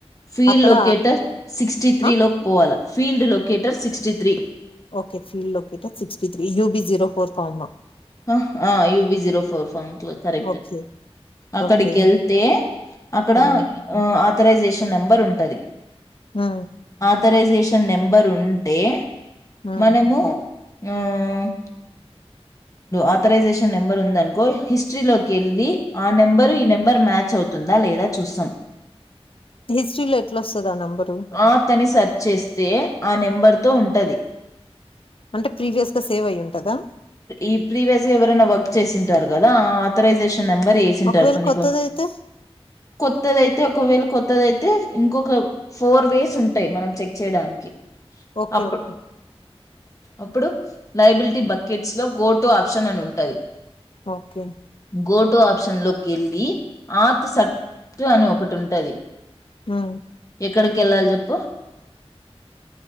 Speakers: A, on the left; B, on the left.
A: ఫీల్డ్
B: అక్కడ
A: లొకేటర్ సిక్స్టీ త్రీ
B: ఆ
A: లోక్ పోవాల field locator sixty three
B: okay field locator sixty three UB zero four pharma
A: ఆహా UB zero four form correct
B: okay
A: అక్కడికెళ్తే
B: okay
A: అక్కడా
B: ఆ
A: ఆ థరైజేషన్ నెంబర్ ఉంటది.
B: మ్
A: ఆథరైజేషన్ నెంబర్ ఉంటే
B: ఉమ్
A: మనము మ్ ఆథరైజేషన్ నెంబర్ ఉందనుకో హిస్టరీలోకెళ్ళి ఆ నెంబరు ఈ నెంబర్ మ్యా అవుతుందా లేదా చూస్తాం
B: హిస్టరీలో ఎట్ల వస్తది ఆ నెంబరు
A: ఆత్ అని సెర్చ్ చేస్తే ఆ నెంబర్తో ఉంటది.
B: అంటే ప్రీవియస్గా సేవ్ అయ్యి ఉంటదా
A: ఈ ప్రీవియస్గా ఎవరైనా వర్క్ చేసింటారు కదా ఆ ఆథరైజేషన్ నెంబర్ ఏసింటారు
B: ఒకవేళ
A: కొన్ని
B: కొత్తదయితే
A: కొ కొత్తోల్లైతే ఒకవేళ కొ కొత్తదయితే ఇంకొక ఫోర్ వేస్ ఉంటాయి మనం చెక్ చేయడానికి
B: ఓకే
A: అప్పు
B: ఓకే
A: అప్పుడు లయబిలిటీ బ కిట్స్ లో గో టు ఆప్షన్ అని ఉంటుది
B: ఓకే
A: గోటు ఆప్షన్ లోకి వెళ్ళి ఆత్ సత్తు అని ఒకటి ఉంటది
B: ఆ
A: ఎక్కడికి వెళ్ళాలి చెప్పు